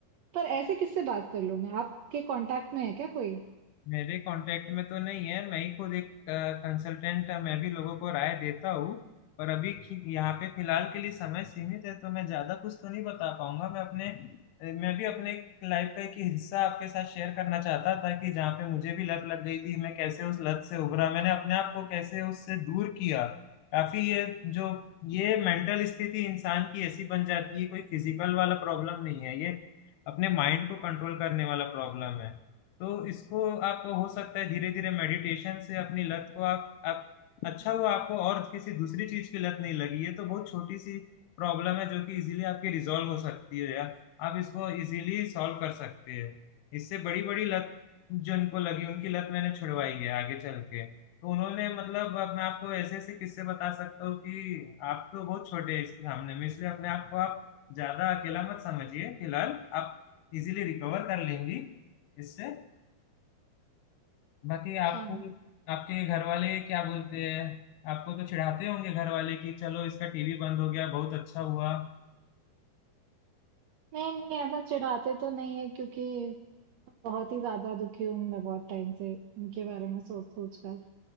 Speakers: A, on the right; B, on the left.
A: पर ऐसे किससे बात कर लूं मैं आपके कांटेक्ट में है क्या कोई
B: मेरे कांटेक्ट में तो नहीं है मैं ही खुद एक कंसल्टेंट मैं भी लोगों को राय देता हूँ पर अभी खि- यहाँ पे फिलहाल के लिए समय सीमित है तो मैं ज्यादा कुछ तो नहीं बता पाऊंगा मैं अपने मैं भी अपने लाइफ का एक हिस्सा आपके साथ शेयर करना चाहता था कि जहाँ पे मुझे भी लत लग गई थी मैं कैसे उस लत से उभरा मैंने अपने आप को कैसे उससे दूर किया काफी ये जो ये मेंटल स्थिति इंसान की ऐसी बन जाती है कोई फिजिकल वाला प्रॉब्लम नहीं है ये अपने माइंड को कंट्रोल करने वाला प्रॉब्लम है तो इसको आप हो सकता है धीरे धीरे मेडिटेशन से अपनी लत को आप आप अच्छा हुआ आपको और किसी दूसरी चीज की लत नहीं लगी ये तो बहुत छोटी सी प्रॉब्लम है जो कि इजीली आपकी रिजॉल्व हो सकती है या आप इसको इजीली सॉल्व कर सकते हैं इससे बड़ी बड़ी लत जो इनको लगी उनकी लत मैंने छुड़वाई है आगे चल के तो उन्होंने मतलब अब मैं आपको ऐसे ऐसे किस्से बता सकता हूँ कि आप तो बहुत छोटे हैं इस सामने में इसलिए अपने आप को आप ज्यादा अकेला मत समझिए फिलहाल आप इजीली रिकवर कर लेंगी इससे बाकी
A: अच्छा
B: आपको आपके घर वाले क्या बोलते हैं आपको तो चिढ़ाते होंगे घर वाले कि चलो इसका टीवी बंद हो गया बहुत अच्छा हुआ
A: नहीं नहीं ऐसा चिढ़ाते तो नहीं है क्योंकि बहुत ही ज्यादा दुखी हूं मैं बहुत टाइम से इनके बारे में सोच सोच कर